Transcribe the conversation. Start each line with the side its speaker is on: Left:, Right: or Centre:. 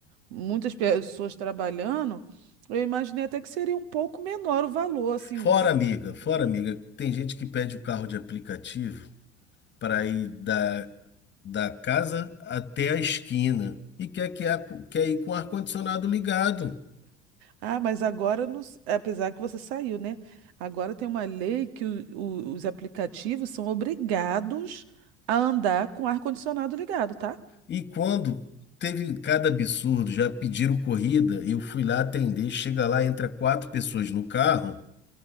Right: muitas pessoas trabalhando, eu imaginei até que seria um pouco menor o valor, assim.
Left: Fora,
Right: uns cin-
Left: amiga. Fora, amiga. Tem gente que pede o carro de aplicativo para ir da, da casa até a esquina e quer, que a- quer ir com o ar-condicionado ligado.
Right: Ah, mas agora, não s- apesar que você saiu, né? Agora tem uma lei que o- o- os aplicativos são obrigados a andar com o ar-condicionado ligado, tá?
Left: E quando teve cada absurdo, já pediram corrida, eu fui lá atender, chega lá, entra quatro pessoas no carro,